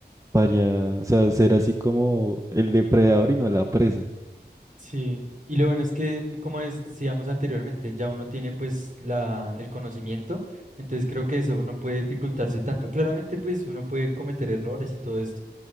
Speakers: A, on the right; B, on the right.
A: para, o sea, ser así como el depredador y no la presa.
B: Sí, Y lo bueno es que, como decíamos anteriormente, ya uno tiene pues la, el conocimiento, entonces creo que eso no puede dificultarse tanto. Claramente pues uno puede cometer errores y todo esto,